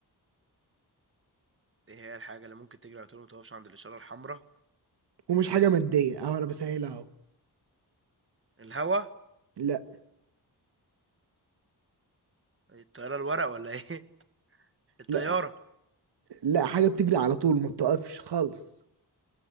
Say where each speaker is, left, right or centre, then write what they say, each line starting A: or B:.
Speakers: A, on the right; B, on the right.
A: ايه هي الحاجة اللي ممكن تجري على طول ما تقفش عند الإشارة الحمراء
B: ومش حاجة مادية اهو انا بسهلها اهو
A: الهوا
B: لا
A: الطيارة الورق ولا ايه <laughs> الطيارة
B: لا لا حاجة بتجري على طول وما بتقفش خالص